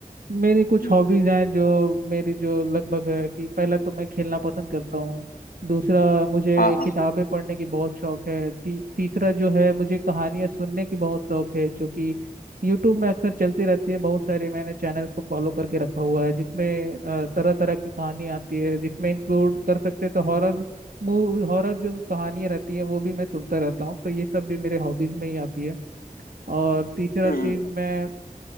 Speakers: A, on the right (about 80°); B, on the left (about 85°).
A: मेरी कुछ
B: हम्म
A: हॉबीज हैं जो मेरी जो लगभग है कि पहला तो मैं खेलना पसंद करता हूँ दूसरा मुझे
B: हाँ हाँ
A: किताबें पढ़ने की बहुत शौक है ती, तीसरा जो है मुझे कहानियाँ सुनने की बहुत शौक है जो कि यूट्यूब में अक्सर चलती रहती है बहुत सारे मैंने चैनल्स को फॉलो करके रखा हुआ है जिसमें तरह तरह की कहानी आती है जिसमें इंक्लूड कर सकते हैं तो हॉरर मूव हॉरर जो कहानियाँ रहती हैं वो भी मैं सुनता रहता हूँ तो ये सब भी मेरे हॉबीज में ही आती है और तीसरा
B: हम्म
A: चीज मैं